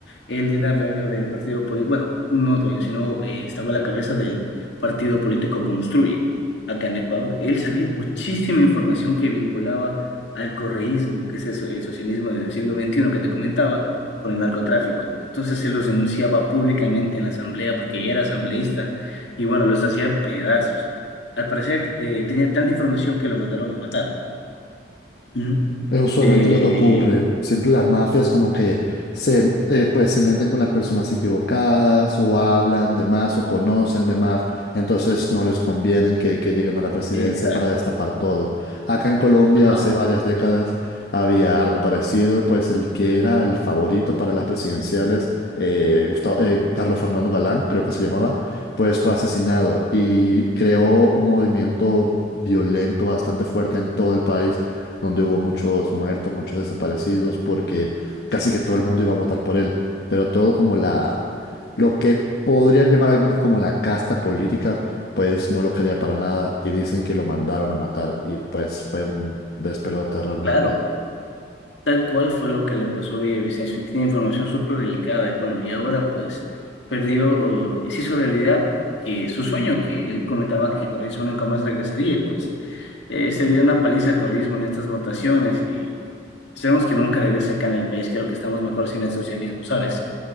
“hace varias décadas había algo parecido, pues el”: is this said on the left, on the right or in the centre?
Left